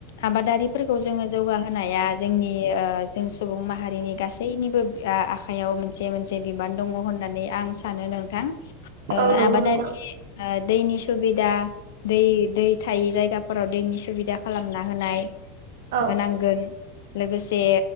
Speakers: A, on the left; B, on the right.
A: आबादारिफोरखौ जोङो जौगाहोनाया जोंनि ओ जों सुबुं माहारिनि गासैनिबो आखाइायाव मोनसे मोनसे बिबान दङ होन होननानै आं सानो नोंथां ओ
B: औ नंगौ
A: आबादारि
B: नोंथां
A: दैनि सुबिदा दै दै थायि जायगाफोराव दैनि सुबिदा खालामना होनाय।
B: औ
A: होनांगोन। लोगोसे